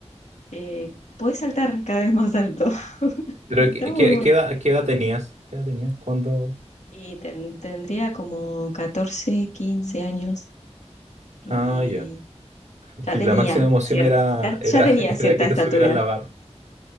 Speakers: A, on the left; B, on the right.
A: eh, podés saltar cada vez más alto. <laughs>
B: Pero
A: Está
B: ¿qué,
A: muy
B: qué-
A: bueno.
B: qué edad, qué edad tenías? ¿Qué edad tenías cuando...?
A: Y ten- tendría como 14 15 años y
B: Ah, ya.
A: ya
B: Y
A: tenía
B: la máxima emoción
A: cierta,
B: era,
A: ya
B: era,
A: ya tenía
B: <laughs> era
A: cierta
B: que
A: estatura.
B: te subieran la barra.